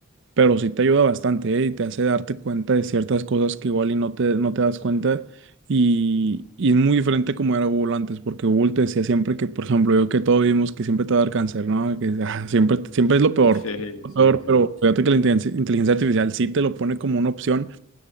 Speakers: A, on the right; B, on the left.
A: pero sí te ayuda bastante, ¿eh? Y te hace darte cuenta de ciertas cosas que igual y no te, no te das cuenta y, y es muy diferente como era Google antes, porque Google te decía siempre que, por ejemplo, yo que todos vimos que siempre te va a dar cáncer, ¿no? Que ah, siempre, siempre es lo peor,
B: sí,
A: lo
B: sí,
A: peor,
B: sí.
A: pero fíjate que la inteligencia inteligencia artificial sí te lo pone como una opción